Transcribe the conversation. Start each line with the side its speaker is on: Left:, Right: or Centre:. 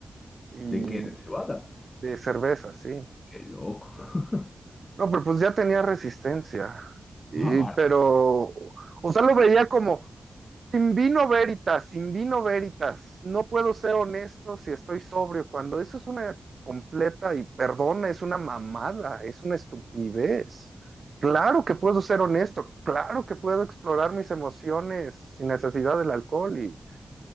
Right: y
Left: ¿De qué? ¿De cebada?
Right: de cerveza, sí.
Left: ¡Qué loco! <laughs>
Right: No, pero pues ya tenía resistencia. Y-
Left: Ah, vale.
Right: pero, o sea, lo veía como, sin vino veritas, sin vino veritas, no puedo ser honesto si estoy sobrio, cuando eso es una completa, y perdona, es una mamada, es una estupidez. Claro que puedo ser honesto, claro que puedo explorar mis emociones sin necesidad del alcohol. Y